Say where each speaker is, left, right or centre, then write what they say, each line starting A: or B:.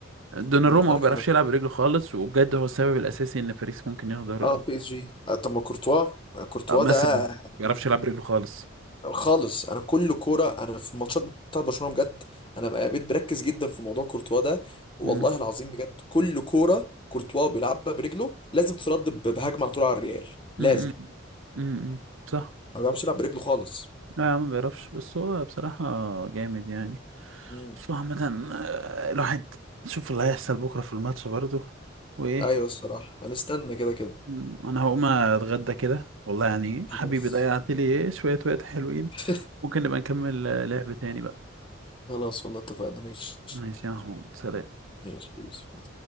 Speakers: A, on the right; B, on the left.
A: دوناروما
B: امم انا
A: ما بيعرفش
B: كمان
A: يلعب برجله خالص وبجد هو السبب الاساسي ان باريس ممكن ياخد دوري
B: اه بي اس جي آه طب ما كورتوا آه كورتوا
A: آه، مثلا
B: ده
A: ما
B: يعني
A: بيعرفش يلعب برجله خالص
B: خالص انا كل كوره انا في الماتشات بتاعت برشلونه بجد انا بقى بقيت بركز جدا في موضوع كورتوا ده والله
A: مم.
B: العظيم بجد كل كوره كورتوا بيلعبها برجله لازم ترد ب- بهجمه على طول على الريال لازم
A: مم. مم. صح
B: ما بيعرفش يلعب برجله خالص
A: لا يا عم ما بيعرفش بس هو بصراحة جامد يعني
B: امم
A: بس هو عامة آه، الواحد شوف اللي هيحصل بكرة في الماتش برضه وإيه
B: ايوه الصراحه هنستنى كده كده
A: مم، أنا هقوم أتغدى كده والله يعني
B: خلاص
A: حبيبي ضيعت لي إيه شوية وقت حلوين
B: <laughs>
A: ممكن نبقى نكمل آه، لعب تاني بقى
B: خلاص والله اتفقنا ماشي
A: ماشي يا محمود سلام
B: ماشي يا يوسف مع